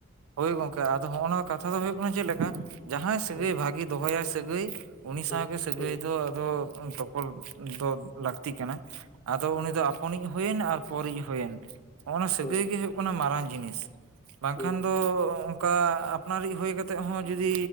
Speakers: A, on the right (about 80°); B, on the left (about 20°).
A: ᱦᱳᱭ
B: ᱦᱩᱸ
A: ᱜᱚᱝᱠᱮ ᱟᱫᱚ ᱦᱚᱜᱱ ᱱᱚᱶᱟ ᱠᱟᱛᱷᱟ ᱫᱚ ᱦᱳᱭᱳᱜ ᱠᱟᱱᱟ ᱪᱮᱫ ᱞᱮᱠᱟ, ᱡᱟᱦᱟᱸᱭ ᱥᱟᱹᱜᱟᱹᱭ
B: ᱦᱩᱸ
A: ᱵᱷᱟᱜᱤ ᱫᱚᱦᱚᱟᱭ ᱥᱟᱹᱜᱟᱹᱭ ᱩᱱᱤ ᱥᱟᱶ
B: ᱦᱩᱸ
A: ᱜᱮ ᱥᱟᱹᱜᱟᱹᱭ
B: ᱦᱩᱸ
A: ᱫᱚ ᱟᱫᱚ ᱛᱚᱯᱚᱞ ᱫᱚ ᱞᱟᱹᱠᱛᱤ ᱠᱟᱱᱟ ᱟᱫᱚ ᱩᱱᱤ ᱫᱚ ᱟᱯᱚᱱᱤᱡ ᱦᱩᱭ ᱮᱱ ᱟᱨ ᱯᱚᱨᱤᱡ ᱦᱩᱭᱮᱱ ᱱᱚᱜᱼᱱᱚᱣᱚ ᱥᱟᱹᱜᱟᱹᱭ
B: ᱦᱩᱸ
A: ᱜᱮ ᱦᱩᱭᱩᱜ ᱠᱟᱱᱟ ᱢᱟᱨᱟᱝ ᱡᱤᱱᱤᱥᱼᱼ
B: ᱦᱩᱸ
A: ᱠᱷᱟᱱ ᱫᱚ ᱚᱝᱠᱟ ᱟᱯᱱᱟᱨᱤᱡ ᱦᱳᱭ ᱠᱟᱛᱮ ᱦᱚᱸ, ᱡᱩᱫᱤ